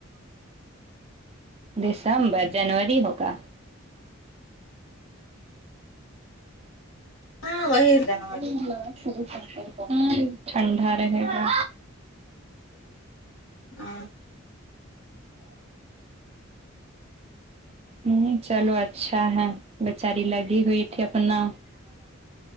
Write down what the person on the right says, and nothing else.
دسمبر جنوری ہوگا
<unintelligible>
ٹھنڈا رہے گا
ہ چلو اچھا ہے بیچاری لگی ہوئی تھی اپنا